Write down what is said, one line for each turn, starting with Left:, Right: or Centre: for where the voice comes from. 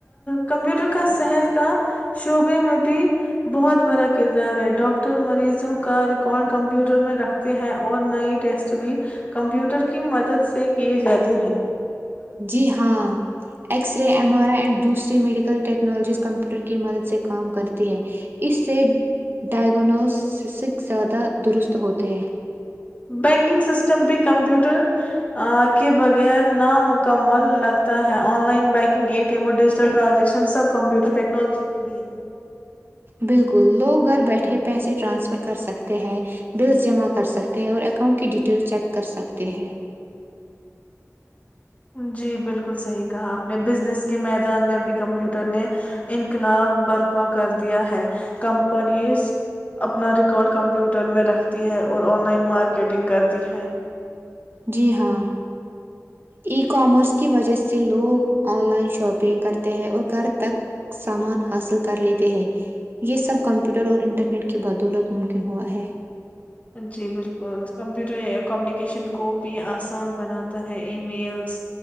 Left: کمپیوٹر کا صحت کا شعبے میں بھی بہت بڑا کردار ہے ڈاکٹر مریضوں کا ریکارڈ کمپیوٹر میں رکھتے ہیں اور نئے ٹیسٹ بھی کمپیوٹر کی مدد سے کیے جاتے ہیں
Right: جی ہاں X ray M R I and دوسری میڈیکل ٹیکنالوجیز کمپیوٹر کی مدد سے کام کرتی ہے اس سے ڈائیگنوسسک زیادہ درست ہوتے ہیں
Left: بینکنگ سسٹم بھی کمپیوٹر کے بغیر نامکمل لگتا ہے online banking A T M اور ڈیجیٹل ٹرانزیکشن سب کمپیوٹر ٹیکنالوجی کی بھی
Right: بالکل لوگ گھر بیٹھے
Left: ہے۔
Right: پیسے ٹرانسفر کر سکتے ہیں بلس جمع کر سکتے ہیں اور اکاؤنٹ کی ڈیٹیل چیک کر سکتے ہیں
Left: جی بالکل صحیح کہا آپ نے بزنس کے میدان میں بھی کمپیوٹر نے انقلاب برپا کر دیا ہے کمپنیز اپنا ریکارڈ کمپیوٹر میں رکھتی ہے اور آن لائن مارکیٹنگ کرتی ہے
Right: جی ہاں ای کامرس کی وجہ سے لوگ آن لائن شاپنگ کرتے ہیں اور گھر تک سامان حاصل کر لیتے ہے یہ سب کمپیوٹر اور انٹرنیٹ کی بدولت ممکن ہوا ہے
Left: جی بالکل کمپیوٹر کمیونیکیشن کو بھی آسان بناتا ہے ای میلس